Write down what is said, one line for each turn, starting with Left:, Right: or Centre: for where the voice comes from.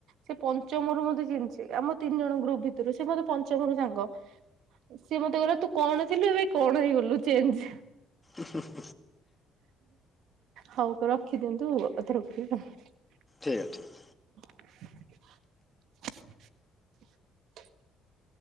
Right: ସେ ପଞ୍ଚମରୁ ମତେ ଜାଣିଚି ଆମ ତିନି ଜଣ ଗ୍ରୁପ୍ ଭିତୁରୁ ସେ ମତେ ପଞ୍ଚମରୁ ସାଙ୍ଗ। ସିଏ ମତେ ଗଲା ତୁ କଣ ଥିଲୁ ଏବେ କଣ ହେଇଗଲୁ ଚେଞ୍ଚେ।
Left: ଉଁ ହୁଁ।
Right: ହଉ କ ରଖି ଦିଅନ୍ତୁ ଆଉ ଥରେ <unintelligible>
Left: ଠିକ୍ ଠିକ୍।
Right: <inaudible>